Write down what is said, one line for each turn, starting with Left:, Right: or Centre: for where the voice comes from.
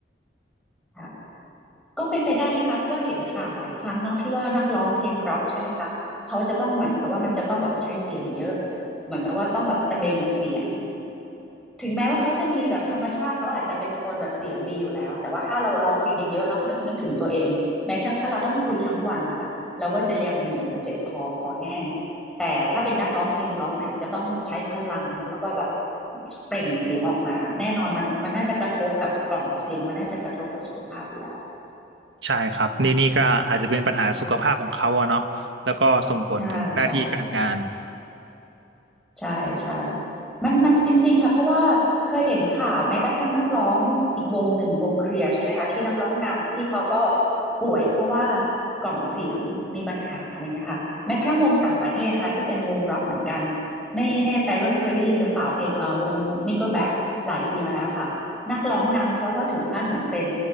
Centre: ค่ะก็เป็นไปได้นะคะเพราะว่าเห็นข่าวหลายครั้งเนาะที่ว่านักร้องเพลงร็อกใช่ไหมคะเขาจะต้องเหมือนกับว่ามันจะต้องแบบว่าใช้เสียงเยอะเหมือนกับว่าต้องแบบตะเบงเสียง ถึงแม้ว่าเขาจะมีแบบธรรมชาติเขาอาจจะเป็นคนแบบเสียงดีอยู่แล้วแต่ว่าถ้าเราร้องเพลงเยอะๆเนาะนึกนึกถึงตัวเองแม้กระทั่งถ้าเราต้องคุยทั้งวันนะคะเราก็จะยังเหนื่อยเนาะเจ็บคอคอแห้งแต่ถ้าเป็นนักร้องเพลงร็อกเนี่ยจะต้องใช้พลังแล้วก็แบบเปล่งเสียงออกมาแน่นอนมันมันน่าจะกระทบกับกล่องเสียงมันน่าจะกระทบกับสุขภาพอยู่แล้ว
Right: ใช่ครับนี่นี่ก็อาจจะเป็นปัญหาสุขภาพของเขาอะเนาะแล้วก็ส่งผลถึงหน้าที่การงาน
Centre: ใช่ใช่ ใช่ใช่มันมันจริงๆค่ะเพราะว่าเคยเห็นข่าวแม้กระทั่งนักร้องอีกวงหนึ่งวงเคลียร์ใช่ไหมคะที่นักร้องนำที่เขาก็ป่วยเพราะว่ากล่องเสียงมีปัญหาอะไรเงี้ยค่ะแม้กระทั่งวงต่างประเทศนะคะที่เป็นวงร็อกเหมือนกันไม่แน่ใจว่าเคยได้ยินหรือเปล่าเพลงเอ่อวง Nickelback หลายปีมาแล้วค่ะนักร้องนำเขาก็ถึงขั้นเหมือนเป็น